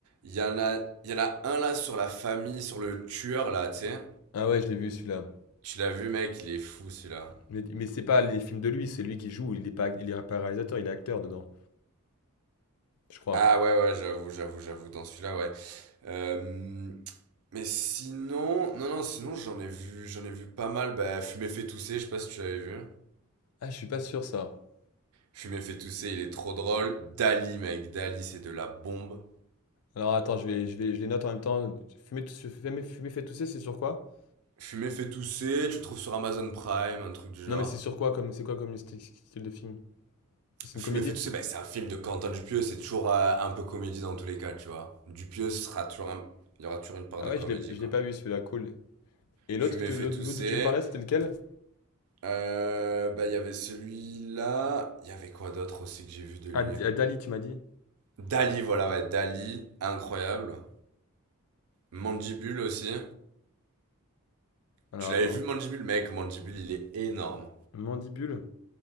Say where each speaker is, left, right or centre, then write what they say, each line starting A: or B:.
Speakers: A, on the right; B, on the left.
A: Il y en a, il y en a un là sur la famille, sur le tueur là, tu sais.
B: Ah ouais, je l'ai vu, celui-là.
A: Tu l'as vu, mec, il est fou celui-là.
B: Mais, mais c'est pas les films de lui, c'est lui qui joue, il est pas, il est pas réalisateur, il est acteur dedans, je crois.
A: Ah ouais, ouais, j'avoue, j'avoue, j'avoue, dans celui-là, ouais. Euh, mais sinon, non, non, sinon j'en ai vu, j'en ai vu pas mal. Bah, Fumer fait tousser, je sais pas si tu l'avais vu.
B: Ah, je suis pas sûr, ça.
A: Fumer fait tousser, il est trop drôle. Dali, mec, Dali, c'est de la bombe.
B: Alors attends, je vais, je vais, je les note en même temps. Fumer, tous- fumer, fumer fait tousser, c'est sur quoi?
A: Fumer fait tousser, tu le trouves sur Amazon Prime, un truc du
B: Non,
A: genre.
B: mais c'est sur quoi comme, c'est quoi comme style style de film? C'est une
A: Fumer
B: comédie?
A: fait tousser, ça, bah, c'est un film de Quentin Dupieux, c'est toujours euh, un peu comédie dans tous les cas, tu vois. Dupieux sera toujours un- il y aura toujours une part
B: Ah
A: de
B: ouais,
A: comédie,
B: je l'ai, je
A: quoi.
B: l'ai pas vu celui-là, cool. Et
A: Fumer
B: l'autre, que tu-
A: fait
B: l'autre
A: tousser.
B: l'autre dont tu me parlais, c'était lequel?
A: Euh, bah, il y avait celui-là. Il y avait quoi d'autre aussi que j'ai vu de lui
B: Ah, D- ah, Dali, tu m'as dit.
A: Dali, voilà, ouais, Dali, incroyable. Mandibule aussi.
B: Alors
A: Tu
B: attends,
A: l'avais vu, Mandibule? Mec, Mandibule, il est énorme.
B: Mandibule,